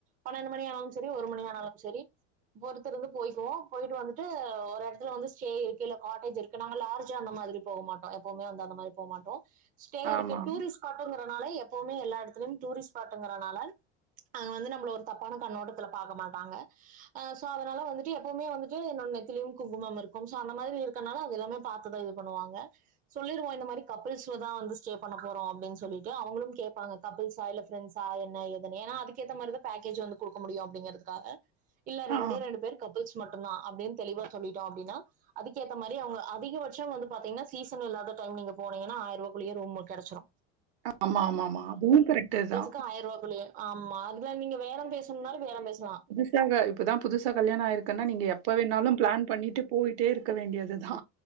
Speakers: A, on the right; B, on the right.
A: பன்னெண்டு மணி ஆனாலும் சரி ஒரு மணி ஆனாலும் சரி பொறுத்துருந்து போய்க்குவோ போயிட்டு வந்துட்டு ஒரு எடத்துல வந்து ஸ்டே இருக்கு இல்ல காட்டேஜ் இருக்கு நாங்க லார்ஜ் அந்த மாரி போக மாட்டோ எப்பவுமே வந்து அந்த மாரி போ மாட்டோ ஸ்டே இருக்கு
B: ஆமா.
A: டூரிஸ் பாட்ங்கனால எப்பவுமே எல்லா எடத்துலயும் டூரிஸ்பாட் ங்கறனால அங்க வந்து நம்மள ஒரு தப்பான கண்ணோட்டத்துல பாக்க மாட்டாங்க அ சோ அதனால வந்துட்டு எப்பவுமே வந்துட்டு என்னோட நெத்திலயு குங்குமம் இருக்கு சோ அந்த மாரி இருககனால அது எல்லாமே பாத்துதா இது பண்ணுவாங்க சொல்லிருவோ இந்த மாரி கப்பில்ஸ்லதா வந்து ஸ்டே பண்ண போறோ அப்டின்னு சொல்லிட்டு அவுங்களு கேப்பாங்க கப்பிள்ஸா இல்ல ஃப்ரண்ட்ஸ் ஸா என்ன ஏதுன் ஏன்னா அதுக்கேத்த மாரிதா பேக்கேஜ் வந்து குடுக்க முடியு அப்டிங்கறதுக்காக இல்ல ரெண்டே
B: ஆ
A: ரெண்டு பேரு கப் பிள்ஸ் மட்டுந்தா அப்டின்னு தெளிவா சொல்லிட்டோ அப்டின்னா அதுக்கேத்த மாரி அவுங்க அதிகபட்சோ வந்து பாத்தீங்கன்னா சீசன் இல்லாத டைம் நீங்க போனீங்கன்னா ஆயரூவாகுள்ளயே ரூம் கெடைச்சிரு
B: ஆமா ஆமா ஆமா அதுவு கரெக்ட்டுதா
A: மொத்தோ ஆயிர்ரூபாய்க்குள்ளயே ஆமா அதுல நீங்க பேரம் பேசணுன்னாலு பேரம் பேசலா
B: இதாங்க இப்பதா புதுசா கல்யாண ஆயிருக்குன்னா நீங்க எப்போ வேண்ணாலு பிளான் பண்ணிட்டு போயிட்டே இருக்க வேண்டியது தா